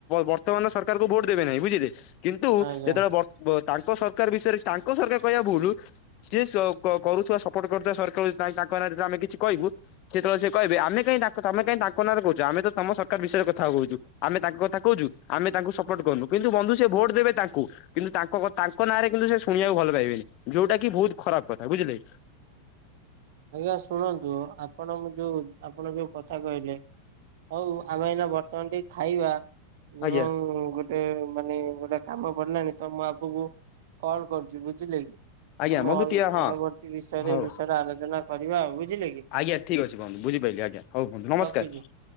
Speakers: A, on the left; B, on the right.
A: ବର୍ତ୍ତମାନର ସରକାରକୁ ଭୋଟ ଦେବେ ନାହିଁ ବୁଝିଲେ କିନ୍ତୁ
B: ଆଜ୍ଞା
A: ଯେତେବେଳେ ତାଙ୍କ ସରକାର ବିଷୟରେ ତାଙ୍କ ସରକାର କହିବା ଭୁଲ। ସିଏ କରୁଥିବା ସପୋର୍ଟ କରୁଥିବା ସରକାର ତାଙ୍କ ନାଁରେ ଆମେ କିଛି କହିବୁ ସେତେବେଳେ କହିବେ ଆମେ କଁ ତା ତମେ କଁ ତାଙ୍କ ନା କହୁଛୁ ଆମେ ତମ ସରକାର ବିଷୟରେ କଥା କହୁଛୁ ଆମେ ତାଙ୍କ କଥା କହୁଛୁ ଆମେ ତାଙ୍କୁ ସପୋର୍ଟ କରୁନୁ। କିନ୍ତୁ ବନ୍ଧୁ ସେ ଭୋଟ ଦେବେ ତାଙ୍କୁ କିନ୍ତୁ ତାଙ୍କ ତାଙ୍କ ନାଁରେ କିନ୍ତୁ ସେ ଶୁଣିବାକୁ ଭଲ ପାଇବେନି ଯୋଉଟା କି ବହୁତ ଖରାପ କଥା ବୁଝିଲେ।
B: ଆଜ୍ଞା ଶୁଣନ୍ତୁ ଆପଣ ଯୋଉ ଆପଣ ଯୋଉ କଥା କହିଲେ। ହଉ ଆମେ ଏଇନା ବର୍ତ୍ତମାନ ଟିକେ ଖାଇବା ଯେଉଁ
A: ଆଜ୍ଞା।
B: ଗୋଟେ ମାନେ ଗୋଟେ କାମ ପଡିଲାଣି ତ ମୁଁ ଆଗକୁ କଲ କରିଛି ବୁଝିଲେ କି।
A: ଆଜ୍ଞା
B: ଆମ
A: ବନ୍ଧୁ ଟିକେ ହଁ
B: ପରବର୍ତ୍ତୀ ବିଷୟରେ
A: ହଉ
B: ବିଷୟରେ ଆଲୋଚନା କରିବା ଆଉ ବୁଝିଲେ କି।
A: ଆଜ୍ଞା ଠିକ୍ ଅଛି ବନ୍ଧୁ ବୁଝିପାଇଲି ଆଜ୍ଞା ହଉ ବନ୍ଧୁ ନମସ୍କାର
B: ରଖୁଛି।